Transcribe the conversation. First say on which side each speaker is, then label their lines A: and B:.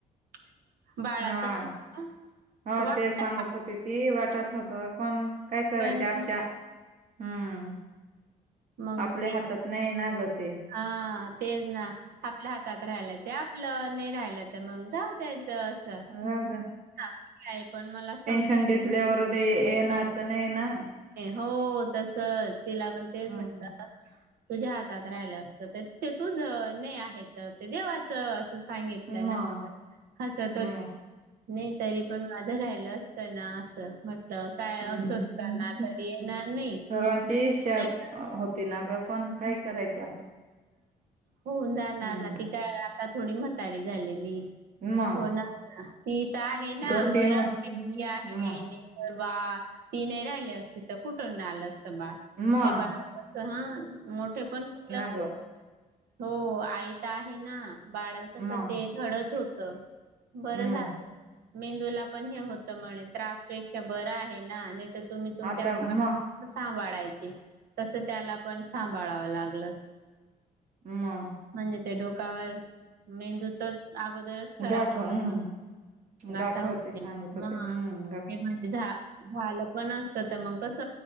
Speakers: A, on the right; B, on the right.
A: <unintelligible> बाळाच
B: हा
A: <unintelligible>
B: हो
A: वाट
B: ते सांगत होती ती, वाटत होत पण, काय करायचे
A: पण
B: आपच्या, हम्म
A: मग
B: आपल्या
A: ते
B: हातात नाही ना ग ते.
A: हा तेच ना, आपल्या हातात राहायला ते आपलं. नाही राहियलं तर मंग राहू त्याच अस
B: राहू
A: <unintelligible> आहे, पण मला अस
B: सांगितल्यावर ते येणार तर नाही ना?
A: हो तस, तिला पण तेच
B: हम्म
A: म्हटलं. तुझ्या हातात राहिलं असतं ते ते तुझ, नाही आहे तर ते देवाचं अस सांगितलं
B: मग
A: <unintelligible> हसत
B: हम्म
A: होती. नाही तरी पण माझं राहिलं अस ना असं. म्हटल काय
B: हम्म
A: औषधं करणार तरी येणार नाही.
B: सर्वांची <unintelligible>
A: नाही का
B: होती ना ग पण काय करायचे?
A: होऊन जाणार
B: हम्म
A: ना, ती काय आता थोडी म्हतारी झालेली?
B: मग
A: होणार ना. ती इथ आहे ना
B: दोन
A: बरं
B: तीन व
A: आहे. ती आहे
B: म
A: नाही तर हा ती नाही राहिली असती तर, कुठून न आलं अस बाळ,
B: मग
A: ते बाळ कसं मोठे पण कुठल्या
B: हो <unintelligible>
A: हो आई तर आहे ना. बाळत कस
B: मग
A: ते घडत होत, बरं
B: हम्म
A: झालं. मेंदूला पण हे होत म्हणे, त्रासपेक्षा बरं आहे ना नाही तर तुम्ही तुमच्या
B: आता मग
A: सांभाळायचे तस त्याला पण सांभाळावं लागल
B: मग
A: म्हणजे ते डोकावर मेंदूच अगोदरच खराब
B: गाठ
A: होता
B: हम्म
A: म्हण गाठा
B: गाठ
A: होत
B: होती सांगत होते
A: म
B: हम्म गा
A: तेमध्ये झालं पण असत मग कस